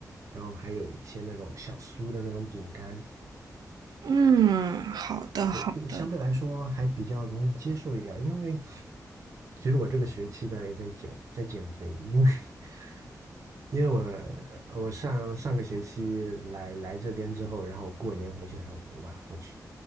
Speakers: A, on the right; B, on the right.
A: 然后还有一些那种小酥的那种饼干，
B: 嗯，好的好的。
A: 对，就相对来说还比较容易接受一点儿因为其实我这个学期在在减在减肥，因为 <laughs> 因为我我上上个学期来来这边之后，然后过年回去的时候，哇，我去，